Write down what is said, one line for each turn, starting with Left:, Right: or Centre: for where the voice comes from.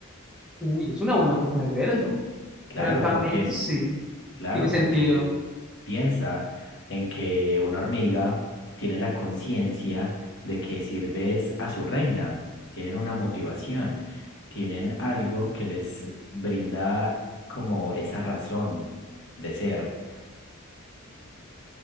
Centre: Uy, es una buena forma de verlo.
Left: Claro,
Centre: Francamente,
Left: porque,
Centre: sí,
Left: claro,
Centre: tiene sentido.
Left: porque Piensa en que una hormiga tiene la conciencia de que sirves a su reina, tienen una motivación, tienen algo que les brinda como esa razón de ser.